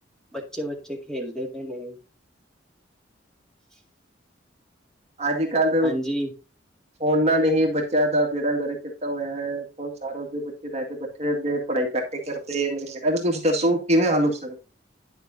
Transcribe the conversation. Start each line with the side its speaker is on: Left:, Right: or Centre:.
Centre: ਬੱਚੇ-ਬੱਚੇ ਖੇਲਦੇ ਪਏ ਨੇ। <inaudible>
Right: ਅਜ-ਕੱਲ ਦੇ
Centre: ਹਾਂਜੀ
Right: ਫੋਨਾ ਨਹੀਂ ਬੱਚਿਆਂ ਦਾ ਬੀੜਾ ਕਰ ਕੀਤਾ ਹੋਇਆ ਹੈ ਫੋਨ ਸਾਰਾ ਲੈ ਕੇ ਬੈਠੇ ਰਹਦੇ ਆ ਪੜ੍ਹਾਈ ਘੱਟ ਹੀ ਕਰ ਇਹਦਾ ਕੁੱਛ ਦੱਸੋ ਕਿਵੇਂ ਹਲ ਹੋ ਸਕਦਾ